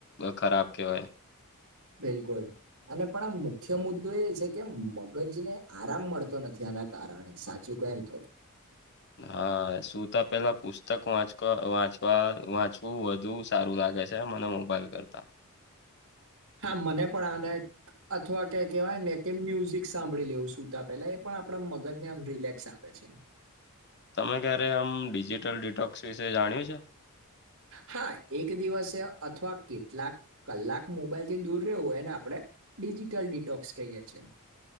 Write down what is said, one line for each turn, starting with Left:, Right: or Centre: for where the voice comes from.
Left: ખરાબ કેહેવાય
Right: બિલકુલ અને પણ આ મુખ્ય મુદ્દો એ છે કે મગજને આરામ મળતો નથી આના કારણ સાચું કેમ તો
Left: હા શું તો પેલા પુસ્તક વાંચ વાંચવા વાંચવું વધુ સારું લાગે છે મને મોબાઈલ કરતા
Right: હા મને પણ આને અથવા ક કહેવાય ને કે મ્યુઝિક સાંભળી લેવ સુતા પેલા એ પણ આપણા મગજને આમ રિલેક્સ આપે છે.
Left: તમે ક્યારે આમ ડિજિટલ ડિટોક્સ વિશે જાણ્યું છે?
Right: હા એક દિવસે અથવા કેટલાક કલાક મોબાઈલથી દૂર રહેવું એને આપણે ડિજિટલ ડિટોક્સ કહીએ છે.